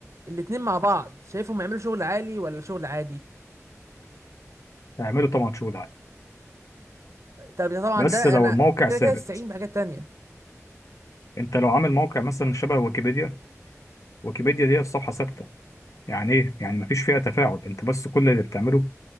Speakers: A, on the right (about 65°); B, on the left (about 70°).
A: الاتنين مع بعض شايفهم يعملوا شغل عالي ولا شغل عادي
B: هيعمله طبعا شغل عادي
A: طب ده طبعا
B: بس
A: ده
B: لو
A: انا
B: الموقع
A: كده
B: ثابت
A: كده استعين بحاجات تانية
B: انت لو عامل موقع مثلا شبه ويكيبيديا ويكيبيديا دي الصفحه ثابته يعني ايه يعني مفيش فيها تفاعل انت بس كل اللي بتعمله